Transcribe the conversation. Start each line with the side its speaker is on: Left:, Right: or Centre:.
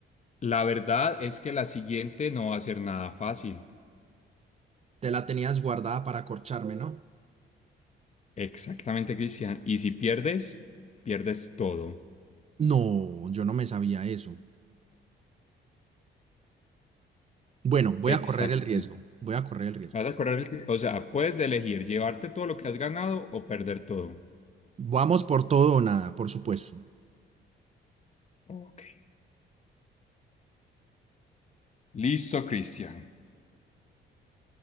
Left: la verdad es que la siguiente no va a ser nada fácil.
Right: Te la tenías guardada para corcharme, ¿no?
Left: Exactamente, Cristian. Y si pierdes, pierdes todo.
Right: No, yo no me sabía eso. Bueno, voy
Left: Exactamente.
Right: a correr el riesgo. Voy a correr el riesgo.
Left: Vas a correr, el- o sea, puedes elegir llevarte todo lo que has ganado o perder todo.
Right: Vamos por todo o nada, por supuesto.
Left: Ok. Listo, Cristian.